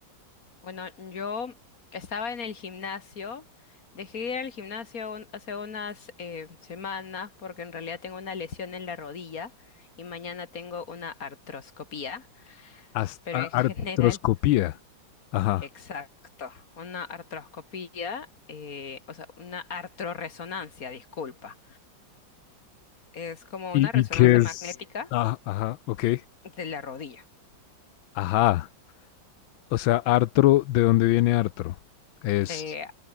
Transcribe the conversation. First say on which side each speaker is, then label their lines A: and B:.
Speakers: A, on the left (about 50°); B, on the left (about 85°).
A: Bueno, yo estaba en el gimnasio. Dejé de ir al gimnasio un- hace unas eh, semanas porque en realidad tengo una lesión en la rodilla y mañana tengo una artroscopía.
B: As-
A: Pero
B: a-
A: en <laughs> general,
B: artroscopía. Ajá.
A: exacto, una artroscopía, eh, o sea, una artroresonancia, disculpa. Es como
B: ¿Y,
A: una resonancia
B: y qué es?
A: magnética
B: Ah, ajá, ok.
A: de la rodilla.
B: Ajá. O sea, artro, ¿de dónde viene artro? Es
A: De